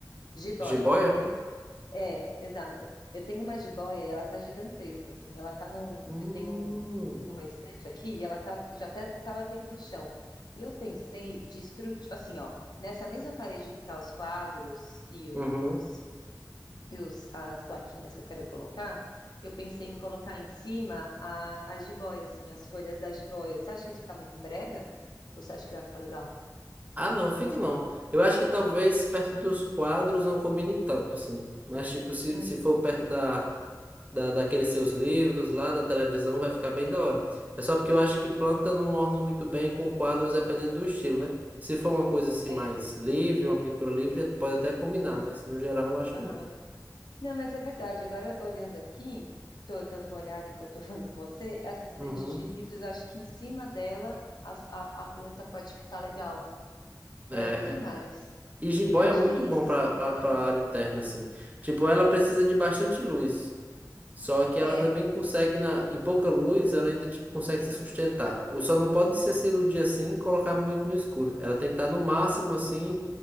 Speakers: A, on the left; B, on the right.
A: Jiboia,
B: Jiboia?
A: lembrei. É, exato. Eu tenho uma jiboia e ela tá gigantesca, assim. Ela tá num.
B: Hum.
A: Eu tenho um- uma estante aqui e ela tá, já até tá batendo no chão. E eu pensei de estru... tipo assim, ó, nessa mesma parede que tá os quadros e
B: Uhum.
A: os, e os as plaquinhas que eu quero colocar, eu pensei em colocar em cima a, a jiboia, assim, as folhas da jiboia. Você acha que vai ficar muito brega? Ou você acha que vai ficar legal?
B: Ah, não, fica não. Eu acho que talvez perto dos quadros não combine tanto, assim. Mas, tipo, se,
A: Hum.
B: se for perto da, da, daqueles seus livros lá, da televisão, vai ficar bem da hora. É só porque eu acho que
A: Ah,
B: planta não orna muito bem com quadros, dependendo do estilo, né? Se for uma coisa assim
A: é.
B: mais livre, uma pintura livre, pode até combinar, mas no geral eu acho
A: Aham.
B: que não.
A: Não, mas é verdade. Agora, olhando aqui, estou dando uma olhada enquanto estou falando com você, essa estante
B: Uhum.
A: de livros, acho que em cima dela as- a, a planta pode ficar legal. É,
B: É,
A: que
B: é.
A: mais?
B: e jiboia
A: É, acho
B: é muito
A: que é isso,
B: bom para
A: assim.
B: para
A: Ah,
B: área interna, assim. Tipo, ela precisa de bastante luz. Só que ela
A: é,
B: também consegue, na, em pouca luz, ela ainda tipo, consegue se sustentar. Ou só não pode ser cirurgia assim e colocar muito no escuro. Ela tem que estar no máximo assim,